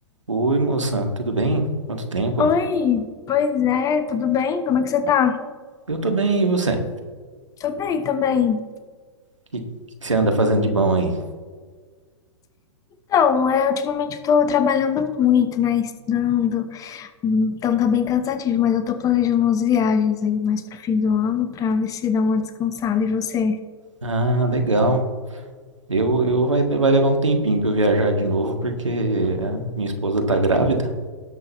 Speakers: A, on the right; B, on the left.
A: Oi, moça, tudo bem? Quanto tempo?
B: Oi, pois é, tudo bem? Como é que você tá?
A: Eu tô bem, e você? O
B: Tô bem também.
A: que, que você anda fazendo de bom aí?
B: Então, é, ultimamente eu tô trabalhando muito, né? Estudando, então tá bem cansativo, mas eu tô planejando umas viagens aí mais pro fim do ano pra ver se dá uma descansada. E você?
A: Ah, legal. Eu, eu vai, vai levar um tempinho pra eu viajar de novo, porque é, minha esposa tá grávida